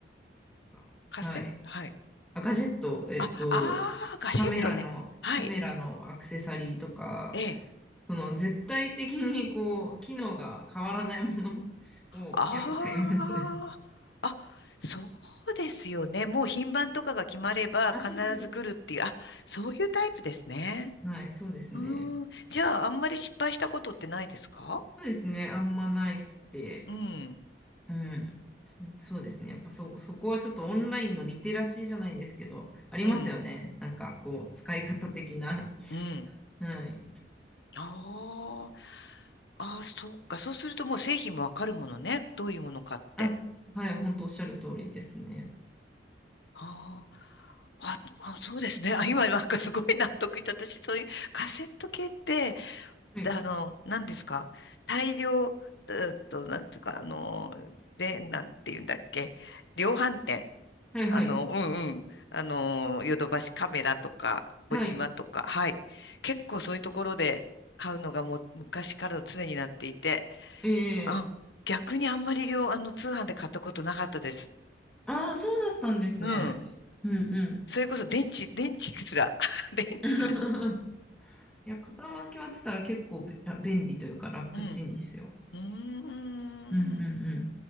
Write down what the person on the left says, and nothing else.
カセット、はい。
あ、ああ、ガシェットね。
はい。
ええ。
ああー、
あ、そうですよね。もう品番とかが決まれば必ず来るっていう。
あ、そういうタイプですね。
うーん。じゃあ、あんまり失敗したことってないですか
うん、
うん、
うん。
あーあー、そっか。そうするともう製品もわかるものね。どういうものかって。
あーあ、あ、そうですね。あ、今なんかすごい納得した。私、そういうカセット系って、
あの、何ですか大量、えっと、なんていうか、あの、で、なんて言うんだっけ量販店。
あの、うんうん。あの、ヨドバシカメラとか、小島とか、
はい。結構そういうところで買うのがもう昔からの常になっていて、
あ、
逆にあんまり量、あの、通販で買ったことなかったです。
うん。
それこそ電池、電池すら。<laughs> 電池すら。
うん。うーん。